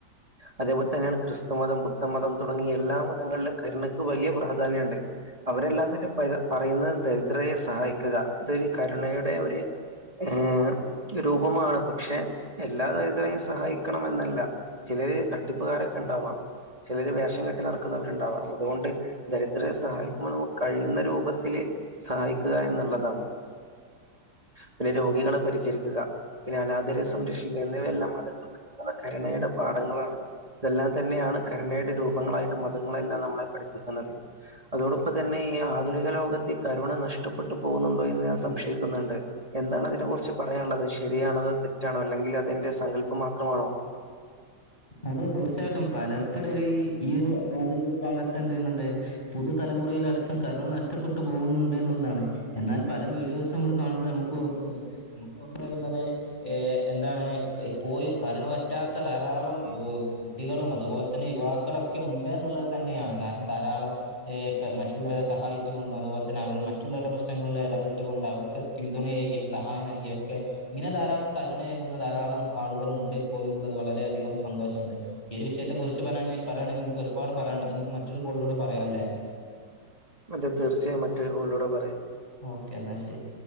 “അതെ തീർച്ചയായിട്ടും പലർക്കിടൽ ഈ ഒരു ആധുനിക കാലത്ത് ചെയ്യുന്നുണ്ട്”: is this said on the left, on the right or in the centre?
Left